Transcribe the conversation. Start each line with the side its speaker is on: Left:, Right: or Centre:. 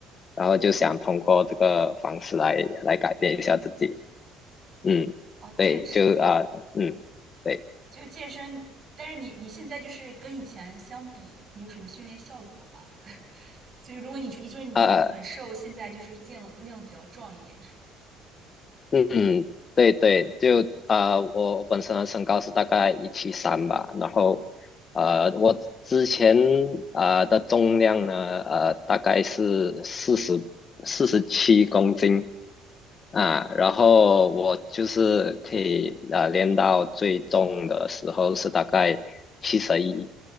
Left: 然后就想通过这个方式来来改变一下自己，嗯，
Right: 哦，
Left: 对，
Right: 健身，
Left: 就啊、嗯，对，
Right: 就健身。但是你你现在就是跟以前相比，有什么训练效果吗？就是如果你一就是你以前很瘦，
Left: 啊、
Right: 现在就是见了量比较壮一点，是吗？
Left: 嗯嗯，对对，就啊、我本身的身高是大概一七三吧，然后呃，我之前啊、的重量呢，呃，大概是四十四十七公斤，啊，然后我就是可以啊练到最重的时候是大概七十一